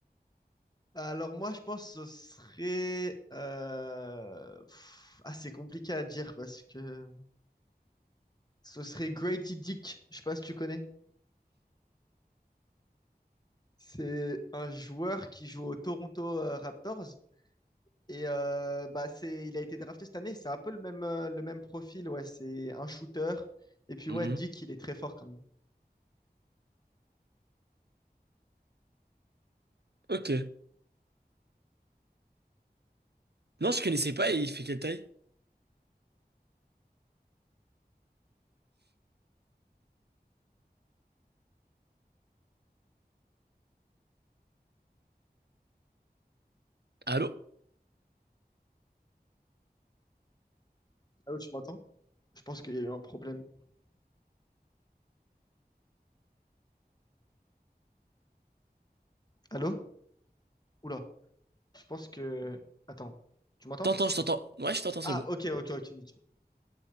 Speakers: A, on the left (about 25°); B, on the right (about 80°).
A: Alors, moi, je pense que ce serait... Euh... pff, Ah, c'est compliqué à dire parce que ce serait Grady Dick. Je sais pas si tu connais. C'est un joueur qui joue aux Toronto euh, Raptors. Et euh, bah, c'est... il a été drafté cette année. C'est un peu le même, euh, le même profil. Ouais, c'est un shooter. Et puis,
B: Mhm.
A: ouais, Dick, il est très fort quand même.
B: Ok. Non, je connaissais pas et il fait quelle taille? Allô?
A: Allô, tu m'entends? Je pense qu'il y a eu un problème. Allô? Oula. Je pense que. Attends. Tu m'entends?
B: T'entends, je t'entends. Ouais, je t'entends, c'est
A: Ah,
B: bon.
A: ok, ok, ok, nickel.